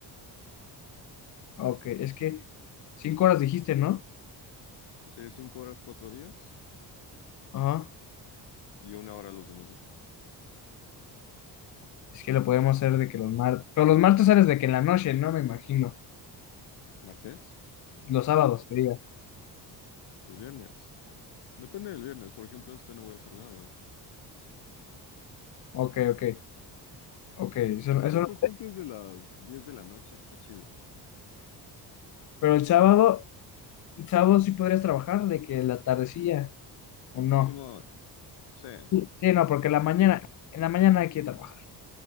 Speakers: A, on the left (about 45°); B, on the left (about 80°).
A: ok. Es que cinco horas dijiste, ¿no?
B: Sí, cinco horas, cuatro días
A: Ajá.
B: y una hora los demás días.
A: Es que lo podemos hacer de que los martes. Pero los martes sales de que en la noche, ¿no? Me imagino.
B: ¿Martes?
A: Los sábados, que diga.
B: Los viernes. Depende del viernes, por ejemplo, este no voy a hacer nada.
A: Ok, ok, ok. Eso,
B: Pues
A: eso
B: mientras
A: no-
B: sea antes de las 10 de la noche está chido.
A: Pero el sábado, el sábado sí podrías trabajar de que la tardecilla, o no.
B: Simón, sí.
A: Sí, Sí, no, porque la mañana,
B: Sí,
A: en la mañana hay que trabajar.